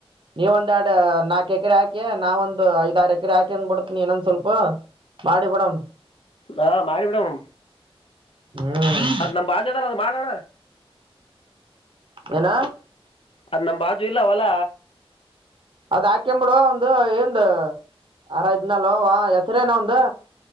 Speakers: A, on the right; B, on the left.
A: ನೀವ ಒಂದೆರಡು ನಾಕ್ ಎಕರೆ ಹಾಕಿ ನಾವ ಒಂದು ಐದ ಆರ್ ಎಕರೆ ಹಾಕಿ ಅಂದ್ಬಿಡ್ ನೀ ಇನ್ನೊಂದ್ ಸ್ವಲ್ಪ ಮಾಡಿ ಬಿಡಮ
B: ಹಾ ಮಾಡಿ ಬಿಡಮ್
A: ಹ್ಮ್
B: ಅದ್ ನಮ್ ಬಾಜದಲ್ಲ ಅದು ಮಾಡೋಣ
A: ಏನ
B: ಅದ್ ನಮ್ಮ ಬಾಜು ಇಲ್ಲ ಹೊಲ
A: ಅದ್ ಹಾಕೆಂ ಬಿಡು ಅವ್ನ್ದು ಇಂದ ಯಾರ ಇದ್ನಲ್ ಅವ ಹೆಸ್ರೇನ ಒಂದು